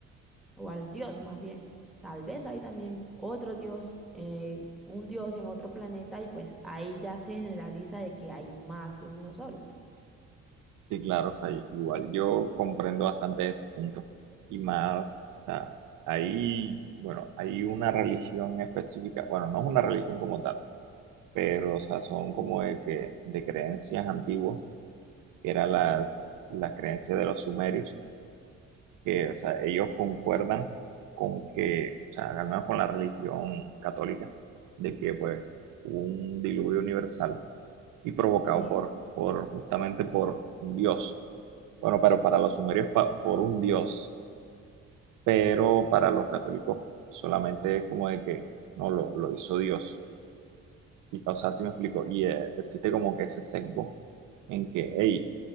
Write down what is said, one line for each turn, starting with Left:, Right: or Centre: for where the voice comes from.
Centre: o al dios más bien. Tal vez hay también otro dios, eh, un dios en otro planeta y pues ahí ya se generaliza de que hay más de uno solo.
Right: Sí, claro, o sea, igual yo comprendo bastante ese punto. Y más, o sea, hay, bueno, hay una religión específica, bueno, no es una religión como tal, pero, o sea, son como de que, de creencias antiguas, que eran las, las creencias de los sumerios que, o sea, ellos concuerdan con que, o sea, al menos con la religión católica, de que pues hubo un diluvio universal y provocado
Centre: Sí,
Right: por, por justamente por un dios. Bueno, pero para los sumerios pa- por un dios, pero para los católicos solamente es como de que no lo, lo hizo Dios. Y, o sea, si me explico, y eh, existe como que ese sesgo en que, hey,